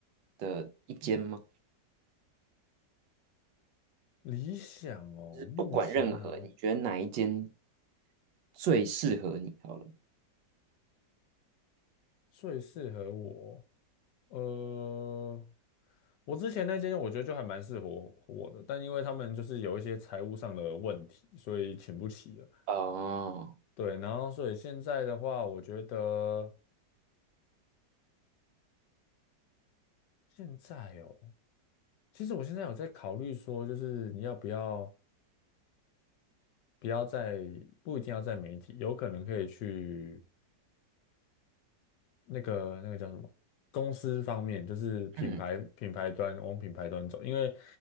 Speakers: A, on the right (about 80°); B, on the left (about 75°).
A: 的一间吗？
B: 理想哦，目前啊
A: 不管任何，你觉得哪一间最适合你？好了，
B: 最适合我，呃，我之前那间我觉得就还蛮适合我的，但因为他们就是有一些财务上的问题，所以请不起了。
A: 哦，
B: 对，然后所以现在的话，我觉得现在哦。其实我现在有在考虑说，就是你要不要不要在不一定要在媒体，有可能可以去那个那个叫什么公司方面，就是品牌品牌端往品牌端走，
A: 嗯
B: 因为